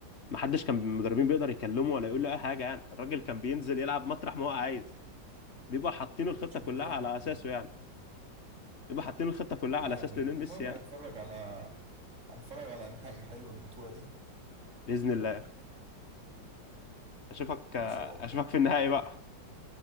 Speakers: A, on the left (about 40°); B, on the right (about 40°).
A: ما حدش كان من المدربين بيقدر يكلمه ولا يقول له اي حاجة يعني الراجل كان بينزل يلعب مطرح ما هو عايز بيبقى حاطين الخطة
B: عشان
A: كلها
B: كده
A: على
B: مكسوف
A: اساسه يعني بيبقى حاطين الخطة كلها
B: ما
A: على اساس
B: علينا
A: ليونيل
B: المهم
A: ميسي يعني
B: هنتفرج على هنتفرج على نهائي حلو البطوله دي
A: بإذن الله اشوفك
B: ان شاء الله
A: اشوفك في النهائي بقى